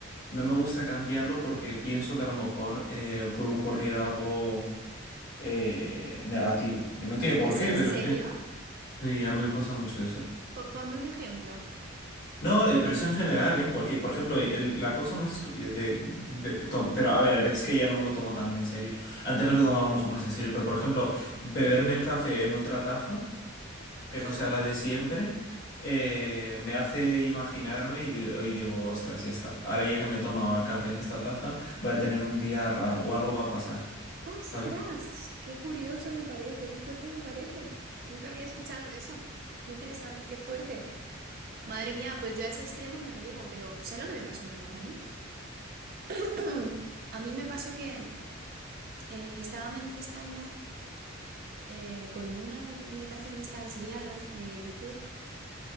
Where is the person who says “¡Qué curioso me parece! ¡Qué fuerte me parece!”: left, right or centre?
Right